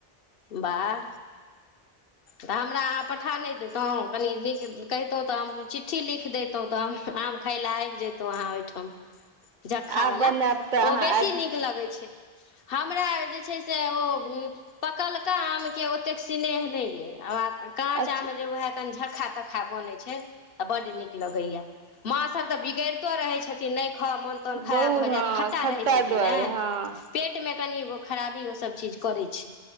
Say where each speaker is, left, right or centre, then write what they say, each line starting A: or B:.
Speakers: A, on the left; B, on the right.
A: वाह तऽ हमरा अहाँ पठा नै देतहुँ कनि नीक कहितहु तऽ हम चिट्ठी लिख दैतहु तऽ हम आब खाइ लए आबि जैतहु अहाँ ओहिठाम। जक्खावला
B: आब बनायब तऽ
A: ओ
B: अहाँ
A: बेसी
B: आबि
A: नीक लगै छै। हमरा जे छै से ओ पकलका आमके ओतेक स्नेह नहि अइ। आ काँच
B: अच्छा
A: आम जे उएह कनी झक्खा तक्खा बनैत छै तऽ बड्ड नीक लगैए। माँ सभ तऽ बिगैड़ितो रहैत छथिन नहि खाउ मऽन तोन खराब
B: बहुत
A: भऽ जायत
B: हँ
A: खट्टा रहै छै कि
B: दुआरे
A: नहि।
B: हँ
A: पेटमे कनिगो खराबी ओ सब चीज करै छै